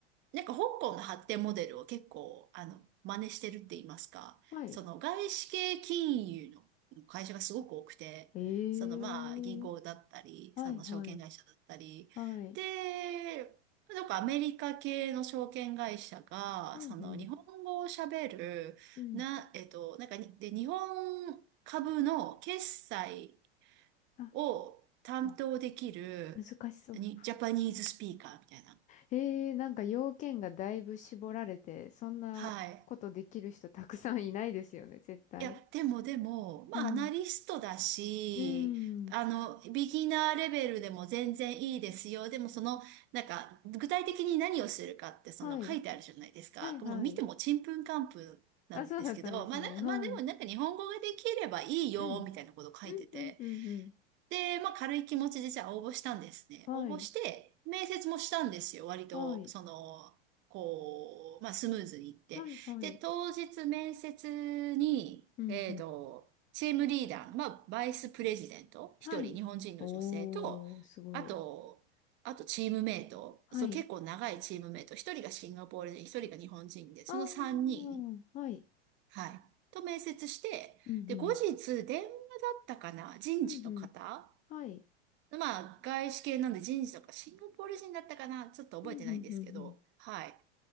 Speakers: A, on the right (about 35°); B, on the left (about 25°).
A: なんか香港の発展モデルを結構、あの、真似してるって言いますか、
B: はい。
A: その外資系金融の会社がすごく多くて、
B: えー、
A: そのまあ、銀行だったり、
B: はいはい。
A: その証券会社だったり、
B: はい。
A: で、なんかアメリカ系の証券会社が、
B: うんうん。
A: その日本語を喋る、
B: うん。
A: な、えっと、なんかに、で、日本株の決済
B: あ、
A: を担当できる、
B: あ難しそう。
A: に、ジャパニーズスピーカーみたいな。
B: えー、なんか要件がだいぶ絞られて、そんなことできる人たくさんいないですよね、
A: はい。
B: 絶対。
A: いや、でもでも、まあ、
B: うん。
A: アナリストだし、
B: うーん。
A: あの、ビギナーレベルでも全然いいですよ。でもその、なんか、具体的に何をするかって、その書いてあるじゃないですか。
B: はい。はい、はい。
A: もう見てもちんぷんかんぷんなんですけど、
B: あ、そうだったんですね。
A: まあ、なまあでもなんか日本語ができればいいよ、
B: はい。うん。
A: みたいなこと書いてて。
B: うん、うん、うん、うん。
A: で、まあ軽い気持ちでじゃあ応募したんですね。
B: はい。
A: 応募して、面接もしたんですよ。割と、
B: はい。
A: その、こう、まあスムーズにいって。
B: はい、はい。
A: で、当日面接に、
B: うん、
A: えっと、
B: うん。
A: チームリーダーの、まあバイスプレジデント、
B: はい。
A: 一人日本人の女性と、
B: おー、すごい。
A: あと、あとチームメイト、
B: はい。
A: そう結構長いチームメイト、一人がシンガポール人、一人が日本人で、その三人、
B: あー、はい。
A: はい、と面接して、
B: うん、
A: で、
B: うん。
A: 後日電話だったかな、人事の方
B: うん、うん。はい。
A: まあ、外資系なんで人事とか、シンガポール人だったかなちょっと覚えてないんですけど、
B: うん、うん、うん、うん。
A: はい。